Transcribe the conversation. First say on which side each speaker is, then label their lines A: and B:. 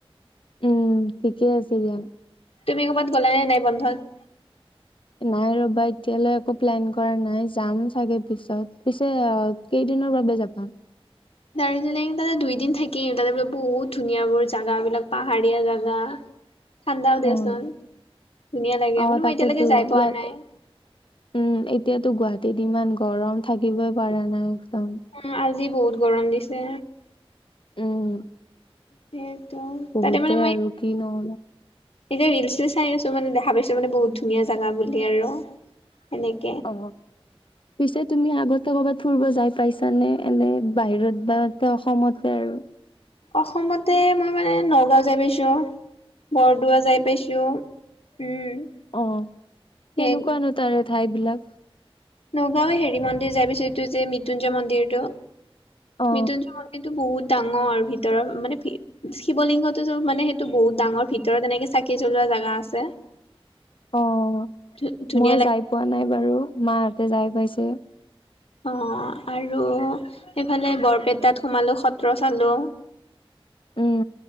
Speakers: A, on the left (about 60°); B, on the left (about 75°).
A: উম ঠিকে আছে দিয়া।
B: তুমি ক'ৰবাত গলা নে নাই বন্ধত?
A: নাই ৰবা এতিয়ালৈ একো প্লেন কৰা নাই যাম চাগে পিছত, পিছে কেইদিনৰ বাবে যাবা?
B: দাৰ্জিলিং তাতে দুই দিন থাকিম, তাতে বোলে বহুত ধুনীয়া বোৰ জাগা বিলাক পাহাৰীয়া জাগা! ঠাণ্ডাও দিয়াচোন
A: অঁ
B: ধুনীয়া লাগে
A: অঁ
B: মানে
A: তাকেইটো
B: মই এতিয়ালৈকে যাই পোৱা
A: ইয়াতে
B: নাই।
A: উম এতিয়াতো গুৱাহাটীত ইমান গৰম থাকিবই পৰা‌ নাই একদম!
B: উম আজি বহুত গৰম দিছে!
A: উম।
B: সেইটো
A: বহুতে
B: তাতে মানে মই
A: আৰু কি নহ'ল
B: এতিয়া ৰিলচ চাই আছো মানে দেখা পাইছো মানে বহুত ধুনীয়া জাগা বুলি আৰু সেনেক
A: অহ পিছে তুমি আগত ক'ৰবাত ফুৰিব যায় পাইছানে এনে বাহিৰত বা এ অসমতে আৰু?
B: অসমতে মই মানে নগাঁও যায় পাইছো, বৰদোৱা যায় পাইছো। উম।
A: অঁ কেনেকুৱানো
B: সেই
A: তাৰে ঠাই বিলাক?
B: নগাঁওৱে হেৰি মন্দিৰ যায় পাইছোঁ এইটো যে মৃতিত্যুঞ্জয় মন্দিৰটো
A: অ
B: মৃত্যুঞ্জয় মন্ এইটো বহুত ডাঙৰ ভিতৰৰ মানে শিৱলিংগতো মানে সেইটো বহুত ডাঙৰ ভিতৰত এনেকে চাকি জ্বলোৱা জেগা আছে।
A: অঁ
B: ধু- ধুনীয়া
A: মই
B: লাগে
A: যায় পোৱা নাই বাৰু মাহতে যায় পাইছে।
B: অঁ আৰু এইফালে বৰপেটাত সোমালো সত্ৰ চালো।
A: উম